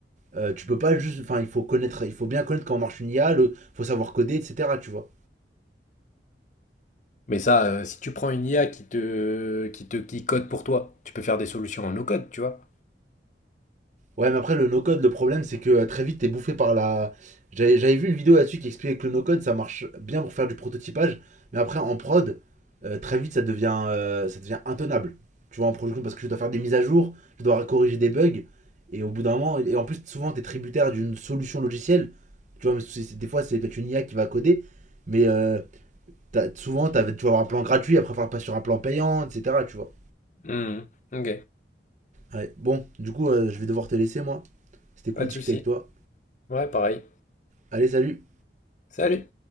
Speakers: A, on the right; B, on the left.
A: euh, tu peux pas juste. Enfin, il faut connaître, il faut bien connaître comment marche une IA, il faut savoir coder, etc. Tu vois.
B: Mais ça, euh, si tu prends une IA qui te, qui te, qui code pour toi, tu peux faire des solutions en no code, tu vois.
A: Ouais, mais après, le no-code, le problème, c'est que euh, très vite, t'es bouffé par la. J'avais j'avais vu une vidéo là-dessus qui expliquait que le no-code, ça marche bien pour faire du prototypage, mais après, en prod, euh, très vite, ça devient, euh, ça devient intenable. Tu vois, en production, parce que tu dois faire des mises à jour, tu dois corriger des bugs, et au bout d'un moment, et en plus, souvent, t'es tributaire d'une solution logicielle. Tu vois, mais c'est- c'est- des fois, c'est peut-être une IA qui va coder, mais euh, t'as- souvent, t'as- tu vas avoir un plan gratuit, après, faire pas sur un plan payant, etc. Tu vois.
B: Mhm. Ok,
A: Ouais, bon, du coup, euh, je vais devoir te laisser, moi. C'était
B: pas
A: cool
B: de
A: de discuter
B: souci.
A: avec toi.
B: Ouais, pareil.
A: Allez, salut!
B: Salut.